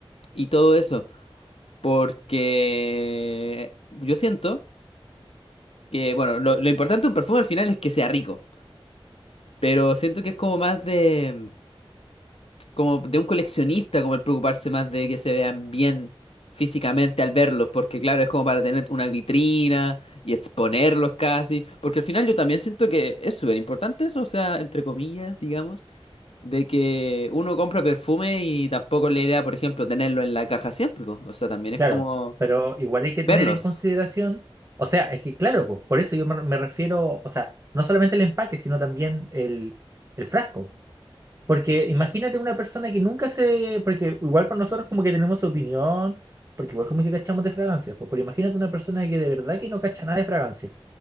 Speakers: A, on the left; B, on the right.
A: y todo eso, porque yo siento que, bueno, lo, lo importante de un perfume al final es que sea rico, pero siento que es como más de... como de un coleccionista, como el preocuparse más de que se vean bien físicamente al verlos, porque claro, es como para tener una vitrina y exponerlos casi, porque al final yo también siento que es súper importante eso, o sea, entre comillas, digamos, de que uno compra perfume y tampoco es la idea, por ejemplo, tenerlo en la caja siempre, po. o sea, también es
B: Claro,
A: como
B: pero igual hay que
A: verlos.
B: tener en consideración, o sea, es que claro, po, por eso yo me, me refiero, o sea, no solamente el empaque, sino también el, el frasco. Porque imagínate una persona que nunca se, porque igual con nosotros como que tenemos opinión, porque igual como que cachamos de fragancias, po, pero imagínate una persona que de verdad que no cacha nada de fragancia.